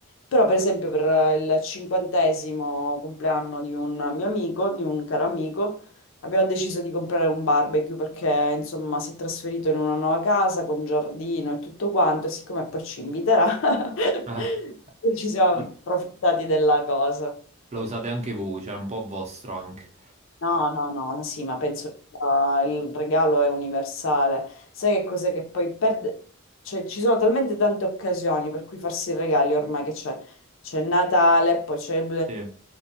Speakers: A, on the left; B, on the right.
A: Però, per esempio, per il cinquantesimo compleanno di un mio amico, di un caro amico, Abbiamo deciso di comprare un barbecue perché, insomma, si è trasferito in una nuova casa con giardino e tutto quanto, e siccome poi ci inviterà, <laughs>
B: Eh,
A: ci siamo
B: l-
A: approfittati della cosa.
B: lo usate anche voi, cioè è un po' vostro anche.
A: No, no, no, sì, ma penso che la- il regalo è universale. Sai che cos'è che poi perde? Cioè, ci sono talmente tante occasioni per cui farsi i regali ormai che c'è. C'è Natale, poi c'è
B: Sì.